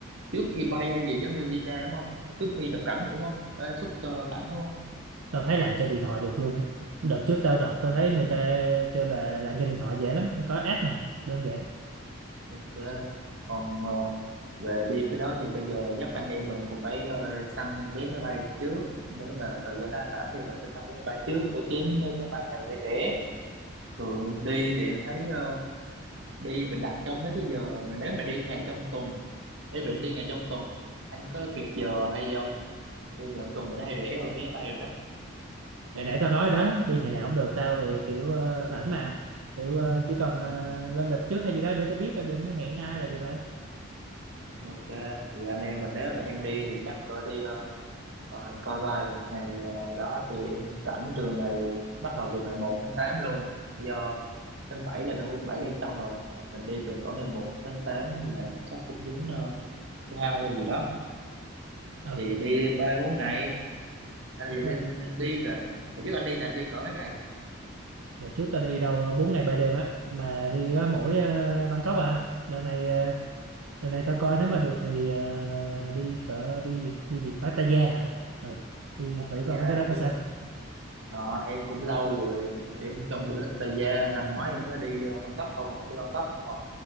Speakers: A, on the right; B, on the right.
A: trước khi bay hay gì giống như visa đúng không? Còn Trước khi nhập cảnh thì đúng không? Ờ, xuất ờ, cảnh đúng không?
B: tao thấy làm trên điện thoại được luôn ấy đợt trước tao đọc
A: Ờ.
B: tao thấy người ta kêu là làm trên điện thoại dễ lắm có app mà đơn giản
A: ok còn ờ, về đi cái đó thì bây giờ chắc anh em mình cũng phải ờ, săn vé máy bay trước nếu mà thời gian đó anh rảnh thì mình phải săn vé máy bay trước để kiếm mấy máy bay nào rẻ rẻ thường đi thì em thấy ờ, đi mình đặt trong mấy cái giờ mình nếu mà đi ngày trong tuần em định đi ngày trong tuần anh có kiệt giờ hay gì không đi ngày trong tuần thì nó hay rẻ hơn vé máy bay rồi đó
B: để, để tao nói đó đi ngày nào cũng được tao thì kiểu ờ, rảnh mà kiểu ờ, chỉ cần ờ,
A: Ừ,
B: lên lịch trước hay gì đó để tao biết là đừng có hẹn ai là được rồi
A: ok thì anh em mình nếu mà em đi thì chắc cỡ đi ờ, Rồi em coi coi ngày ờ, đó thì em rảnh từ ngày bắt đầu từ ngày 1 tháng 8 luôn do tháng 7 là 37 đêm xong rồi mình đi từ cỡ ngày 1 tháng 8 là chắc cũng dính ờ, thứ hai hay gì đó
B: ừ
A: thì đi ba bốn ngày anh
B: ok
A: dự định đi về Hồi trước anh đi thì anh đi cỡ mấy ngày
B: đợt trước tao đi đâu ờ, 4 ngày 3 đêm á mà đi có mỗi ờ, Bangkok à đợt này ờ, đợt này tao coi nếu mà được thì ờ, đi cỡ đi gì đi gì Pattaya à ừ đi
A: Pattaya
B: thử coi mấy cái đó
A: em
B: có sao
A: ờ, em cũng lâu rồi em cũng không đi Pattaya năm ngoái em mới đi ờ, Bangkok không mà không đi Bangkok không à